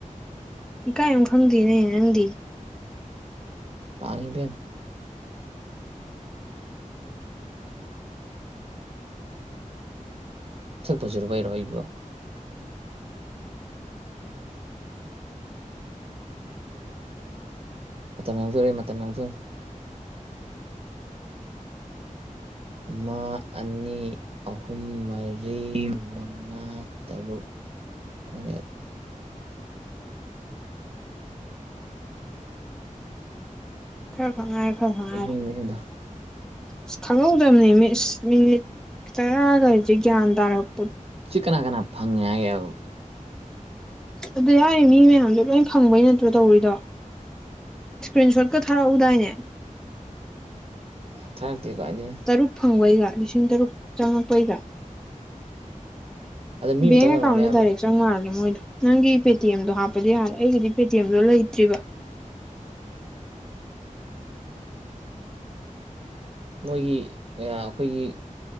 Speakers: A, in the centre; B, on the right (about 45°).
A: ꯏꯀꯥꯏꯣ ꯈꯪꯗꯦꯅꯦ ꯅꯪꯗꯤ
B: ꯇꯕꯤ ꯆꯛꯄꯖꯔꯨꯕ ꯑꯣꯏꯔꯛꯑꯣꯏꯕꯣ ꯃꯇꯝ ꯌꯥꯡꯊꯣꯔꯦ ꯃꯇꯝ ꯌꯎꯖ ꯑꯃ ꯑꯅꯤ ꯑꯍꯨꯝ ꯃꯔꯤ ꯃꯉꯥ ꯇꯔꯨꯛ ꯐꯔꯦ
A: ꯈ ꯈꯉꯥꯏ ꯈꯔ ꯈꯉꯥꯏ
B: ꯑꯗꯨꯅꯤꯗ
A: ꯑꯁ ꯈꯪꯍꯧꯗꯕꯅꯦ ꯃꯤꯅꯤꯠ ꯇꯔꯥꯒꯗꯤ ꯒ꯭ꯌꯥꯟ ꯇꯥꯔꯛ
B: ꯁꯤ ꯀꯅꯥ ꯀꯅꯥ ꯐꯪꯉꯦ ꯍꯥꯏꯒꯦ
A: ꯑꯗꯨ ꯌꯥꯏ ꯃꯤ ꯃꯌꯥꯝꯗꯣ ꯂꯣꯏ ꯐꯪꯕꯩ ꯅꯠꯇ꯭ꯔꯣ ꯇꯧꯔꯤꯗꯣ ꯏꯁꯀ꯭ꯔꯤꯟ ꯁꯣꯠ ꯊꯔ ꯎꯗꯏꯅꯦ
B: ꯊꯥꯔꯛꯇꯦ ꯀꯥꯏꯗꯩꯅꯣ
A: ꯇꯔꯨꯛ ꯐꯪꯕꯩꯒ ꯂꯤꯁꯤꯡ ꯇꯔꯨꯛ ꯆꯪꯉꯛꯄꯩꯒ
B: ꯑꯗ ꯃꯤ
A: ꯕꯦꯡ
B: ꯑꯃꯇꯪ
A: ꯑꯦꯀꯥꯎꯟꯗꯗꯥꯔꯦꯛ
B: ꯑꯣꯏꯔꯝꯒꯅꯦ ꯍꯥꯏꯕ
A: ꯆꯪꯉꯔꯒꯦ <unintelligible> ꯏꯗꯣ ꯅꯪꯒꯤ ꯄꯦꯇꯤ ꯑꯦꯝꯗꯣ ꯍꯥꯞꯄꯗꯤ ꯌꯥꯔꯦ ꯑꯩꯒꯤꯗꯤ ꯄꯦꯇꯤ ꯑꯦꯝꯗꯣ ꯂꯩꯇ꯭ꯔꯤꯕ
B: ꯃꯣꯏꯒꯤ ꯑꯩꯈꯣꯏꯒꯤ